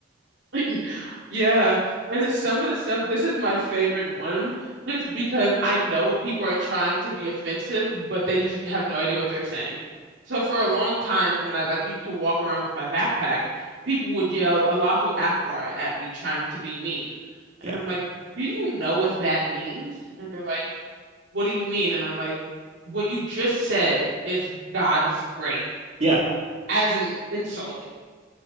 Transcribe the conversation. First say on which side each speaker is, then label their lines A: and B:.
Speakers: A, on the right (about 65°); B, on the right (about 35°).
A: <laughs> Yeah. And then some of the stuff, this is my favorite one, just because I know people are trying to be offensive, but they just have no idea what they're saying. So for a long time, when I like used to walk around with my backpack, people would yell Allahu Akbar at me trying to be mean.
B: Yeah.
A: And I'm like, do you know what that means? And they're like, what do you mean? And I'm like, what you just said is God is great
B: <laughs> Yeah.
A: as an insult.